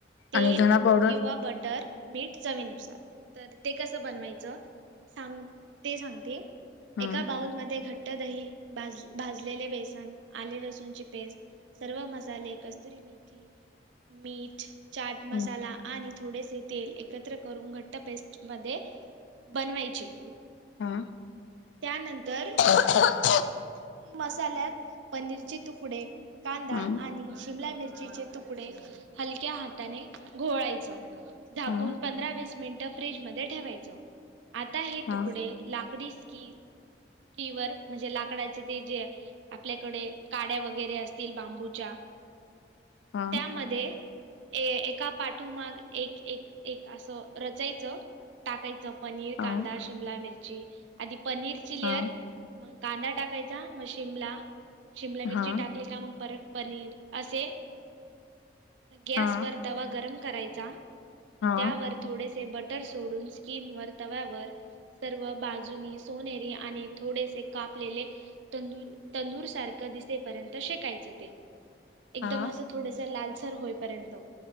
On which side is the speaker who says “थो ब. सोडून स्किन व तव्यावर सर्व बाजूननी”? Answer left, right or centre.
Right